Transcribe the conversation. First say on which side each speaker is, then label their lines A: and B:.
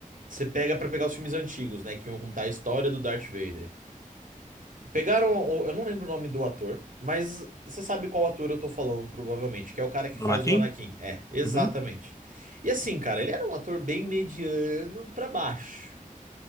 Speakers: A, on the right; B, on the left.
A: você pega pra pegar os filmes antigos, né, que iam contar a história do Darth Vader. Pegaram, o- eu não lembro o nome do ator, mas você sabe qual ator eu tô falando, provavelmente, que é o cara que
B: Do
A: faz
B: Anakin?
A: o Anakin. É, exatamente.
B: Uhum.
A: E assim, cara, ele era um ator bem mediano pra baixo.